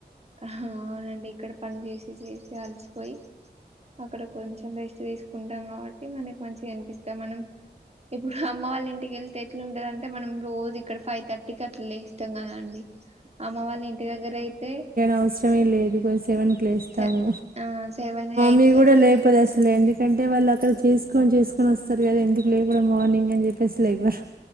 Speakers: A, on the right; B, on the right.
A: అవునండి ఇక్కడ పని చేసి చేసి అలసిపోయి అక్కడ కొంచెం బెస్ట్ తీసుకుంటాం కాబట్టి మనకి మంచిగా అనిపిస్తాం మనం ఇప్పుడు అమ్మ వాళ్ళ ఇంటికి వెళ్తే ఎట్లు ఉంటదంటే మనం రోజు ఇక్కడ ఫైవ్ థర్టీ క అట్లా లేస్తాం కదా అండి అమ్మ వాళ్ళ ఇంటి దగ్గర అయితే
B: అవసరమ లేదు సేవన్కు లేస్తాము
A: స ఆ సెవెన్ ఎయిట్
B: మీరు
A: కి
B: కూడా
A: అట్లా
B: లేకపోదు
A: లేవచ్చు
B: అసలు ఎందుకంటే వాళ్ళలక్కడ చస్ ని చేసుకొని వస్తారు కద ఎందుకు లేదు గుడ్ మార్నింగ్ అని చెప్పేసిలైబర్